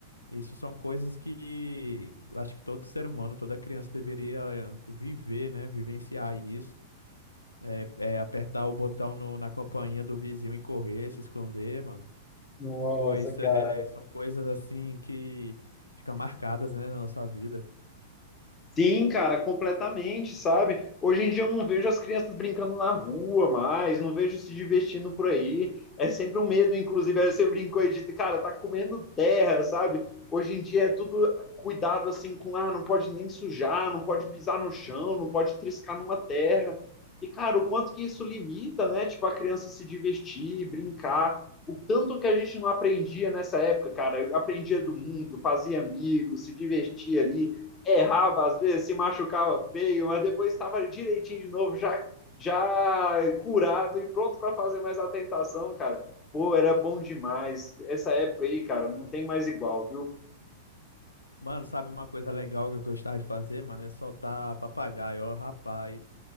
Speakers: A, on the left; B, on the left.
A: Isso são coisas que eu acho que todo ser humano, toda criança deveria eh, viver, né? Vivenciar isso. É, é apertar o botão no- na companhia do vizinho e correr, se esconder, mano.
B: Nossa,
A: Pois
B: cara.
A: é, <laughs> são coisas assim que ficam marcadas, né, na nossa vida.
B: Sim, cara, completamente, sabe? Hoje em dia eu não vejo as crianças brincando na rua mais, não vejo se divertindo por aí. É sempre um medo, inclusive, aí você brincou e disse, cara, tá comendo terra, sabe? Hoje em dia é tudo cuidado assim com, ah, não pode nem sujar, não pode pisar no chão, não pode triscar numa terra. E, cara, o quanto que isso limita, né? Tipo, a criança se divertir, brincar. O tanto que a gente não aprendia nessa época, cara, aprendia do mundo, fazia amigos, se divertia ali errava às vezes, se machucava feio, mas depois estava direitinho de novo, já, já curado e pronto para fazer mais a tentação, cara. Pô, era bom demais. Essa época aí, cara, não tem mais igual, viu?
A: Mano, sabe uma coisa legal que eu gostava de fazer, mano? É soltar papagaio. Ó, rapaz,